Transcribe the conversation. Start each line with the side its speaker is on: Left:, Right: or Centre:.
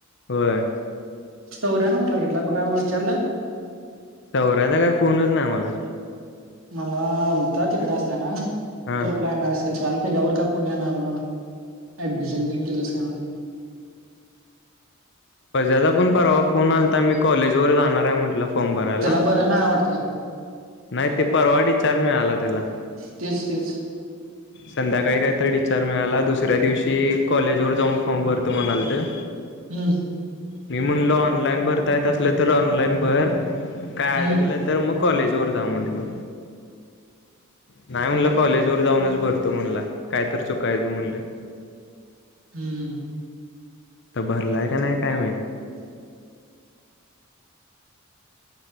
Left: होय
Right: सौर्यानं कुटला घी बघा <unintelligible> विचारलं
Left: सौर्याचा काय फोनच नाही मला
Right: मला आलता तिकडे असताना
Left: हा
Right: ट्रपला येणारस काल त्याच्यावर का पुण्या नाय मला, ऍडमिशन देऊन केलंस काय म्हणून
Left: ज्याचा पण परवा फोन आलता मी कॉलेज वर जाणार आहे म्हटलं फॉर्म भरायला
Right: त्याला बरं नाही वाटतं
Left: नाही ते परवा डीचार मिळाला त्याला.
Right: तेच तेच
Left: संध्याकाळी कायतरी डीचार मिळाला दुसऱ्या दिवशी कॉलेज वर जाऊन फॉर्म भरतो म्हणालतं
Right: हम्म
Left: मी म्हणलो ऑनलाईन भरता येत असलं तर ऑनलाईन भर, काय
Right: हम्म
Left: अडकलं तर मग कॉलेजवर जाऊ म्हटंलो नाही म्हणलं कॉलेज वर जाऊनच भरतो म्हणला, काय तर चुकायचं म्हणलं
Right: हम्म
Left: तर भरलाय का नाही काय माहित?